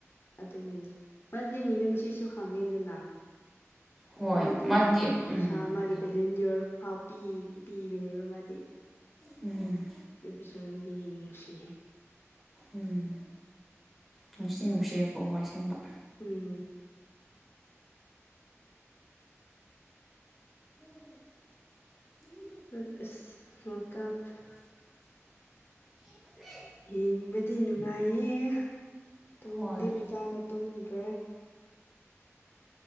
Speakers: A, on the left; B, in the centre.
A: ꯑꯗꯨꯒꯤꯅꯤ ꯃꯥꯖꯦ ꯃꯤꯅꯨꯡꯁꯤꯁꯨ ꯐꯪꯉꯦꯗꯅ
B: ꯍꯣꯏ
A: ꯃꯤꯗ
B: ꯃꯥꯗꯤ
A: ꯌꯥꯝꯅ ꯄꯩꯁꯥ
B: ꯎꯝ
A: ꯃꯥꯒꯤ ꯚꯦꯂꯤꯟꯗꯤꯌꯣꯔ ꯐꯥꯎ ꯄꯤ ꯄꯤꯕꯅꯦꯕ ꯃꯥꯗꯤ
B: ꯎꯝ
A: <unintelligible> ꯅꯨꯡꯁꯤꯌꯦ
B: ꯎꯝ ꯅꯨꯡꯁꯤ ꯅꯨꯡꯁꯤꯀꯣ ꯍꯣꯢ ꯁꯦꯡꯕ
A: ꯎꯝ
B: <unintelligible>
A: ꯑꯁ ꯋ꯭ꯥꯔꯜꯗ ꯀꯞ
B: <inaudible>
A: ꯌꯦꯡꯕꯗꯤ ꯅꯨꯡꯉꯥꯏꯌꯦ ꯇꯨꯝꯗꯤ
B: ꯍꯣꯏ
A: ꯄꯖꯥꯅ ꯇꯨꯝꯗ꯭ꯔꯦ